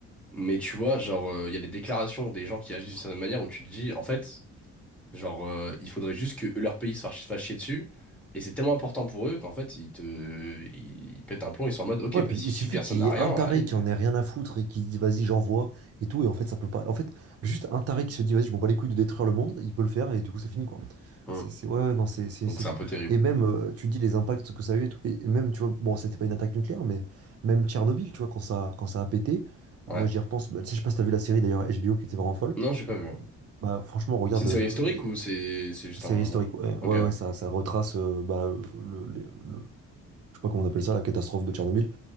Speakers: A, in the centre; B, on the right.
A: mais tu vois, genre, euh, il y a des déclarations des gens qui agissent d'une certaine manière où tu te dis, en fait. Genre, euh, il faudrait juste que leur pays se fasse fasse chier dessus. Et c'est tellement important pour eux qu'en fait, ils te, ils pètent un plomb, ils sont en mode, ok,
B: Ouais,
A: bah
B: puis
A: si,
B: il suffit
A: si personne
B: qu'il
A: n'a
B: y ait
A: rien,
B: un taré
A: allez. euh,
B: qui en ait rien à foutre et qui dit vas-y, j'envoie et tout. Et en fait, ça peut pas. En fait, juste un taré qui se dit vas-y, je m'en bats les couilles de détruire le monde, il peut le faire et du coup, c'est fini quoi.
A: hum.
B: C'est c'est- ouais, ouais, non, c'est c'est-
A: Donc
B: c'est
A: c'est
B: fou.
A: un peu terrible.
B: Et même, euh, tu dis les impacts que ça a eu et tout. Et même, tu vois, bon, c'était pas une attaque nucléaire, mais même Tchernobyl, tu vois, quand ça, quand ça a pété,
A: Ouais.
B: moi j'y repense. Bah, tu sais, je sais pas si t'as vu la série d'ailleurs HBO qui était vraiment folle.
A: Non, j'ai pas vu. hein.
B: Bah, franchement, regarde,
A: C'est une
B: euh,
A: série historique ou c'est c'est juste
B: série
A: un.
B: historique. Ouais, ouais,
A: Ok.
B: ouais, ça, ça retrace euh, bah, euh, le, les- le- je sais pas comment on appelle ça, la catastrophe de Tchernobyl.